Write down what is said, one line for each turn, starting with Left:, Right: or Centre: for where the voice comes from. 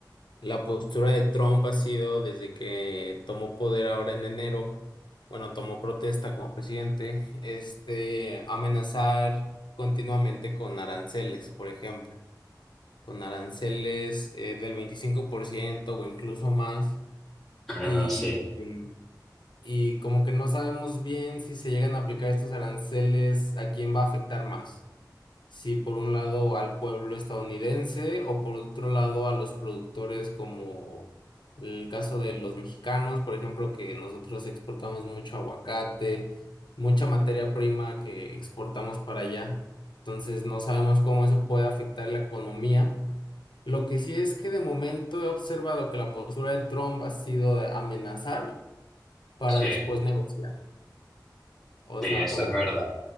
Left: la postura de Trump ha sido desde que tomó poder ahora en enero, bueno, tomó protesta como presidente, este, amenazar continuamente con aranceles, por ejemplo, con aranceles eh, del 25% o incluso más
Centre: Ah,
Left: y,
Centre: sí,
Left: y como que no sabemos bien si se llegan a aplicar estos aranceles, ¿a quién va a afectar más? Si por un lado al pueblo estadounidense o por otro lado a los productores como el caso de los mexicanos, por ejemplo, que nosotros exportamos mucho aguacate, mucha materia prima que exportamos para allá. Entonces no sabemos cómo eso puede afectar la economía. Lo que sí es que de momento he observado que la postura de Trump ha sido de amenazar para
Centre: sí,
Left: después negociar. O
Centre: sí,
Left: sea,
Centre: eso
Left: por
Centre: es
Left: ejemplo,
Centre: verdad.